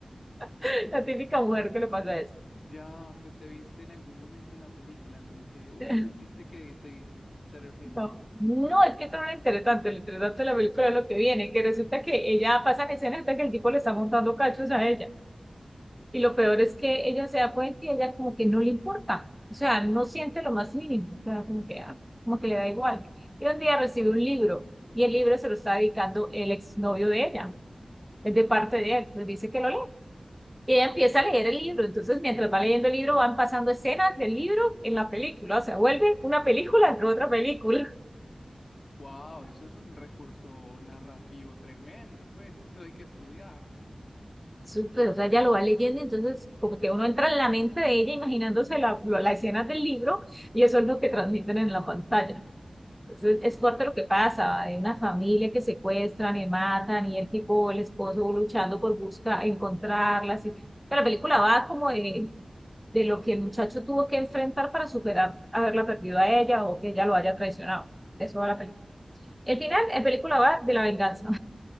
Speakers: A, in the centre; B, on the left.
A: <laughs> la típica mujer que le pasa eso.
B: Ya, pues te viste en algún momento en la película, como que, uy,
A: <laughs>
B: sentiste que te, te reflejaba.
A: No, no, es que esto no le interesa tanto, le interesa tanto la película es lo que viene, que resulta que ella pasa en escena hasta que el tipo le está montando cachos a ella. Y lo peor es que ella se da cuenta y ella como que no le importa, o sea, no siente lo más mínimo, o sea, como que, ah, como que le da igual. Y un día recibe un libro y el libro se lo está dedicando el exnovio de ella, es de parte de él, entonces dice que lo lee. Y ella empieza a leer el libro, entonces mientras va leyendo el libro van pasando escenas del libro en la película, o sea, vuelve una película en otra película.
B: Wow, eso es un recurso narrativo tremendo, pues <laughs> hay que estudiarlo.
A: Súper, o sea, ella lo va leyendo, entonces como que uno entra en la mente de ella imaginándose la, lo- la escena del libro y eso es lo que transmiten en la pantalla. Entonces es
B: Wow,
A: fuerte lo que pasa, hay una familia que secuestran y matan y el tipo, el esposo luchando por buscar, encontrarlas. y- Pero la película va como de, de lo que el muchacho tuvo que enfrentar para superar haberla perdido a ella o que ella lo haya traicionado. De Eso va la película. El final, la película va de la venganza,